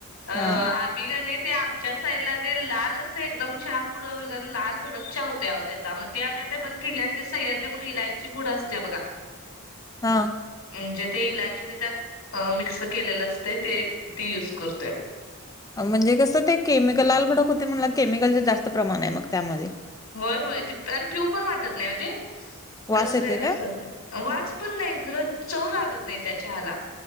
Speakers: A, on the left; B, on the left.
A: अ आ..
B: हा
A: गणे ते आमच्या साईडला, ते लाल असं एकदम चहा पुड लाल भडक चहा होतेह. त्याचा म ते, आम्ही आता बंद केली, आणि ते सह्याद्री म्हणून इलायची पुड असल्या बघा.
B: हा..
A: म्हणजे ते इलायची त्यात मिक्स केलेलं असतय,. ते ती यूज करतोय.
B: म्हणजे कसं ते, केमिकल लाल भडक होतय. मग केमिकलच जास्त प्रमाण आहे. मग त्यामध्ये.
A: होय, होय, ते प पिऊ पण वाटत नाही ओ ते.
B: वास
A: कसलं
B: येतोय काय?
A: वास पण नाही. खरं चव लागत नाही. त्या चहाला.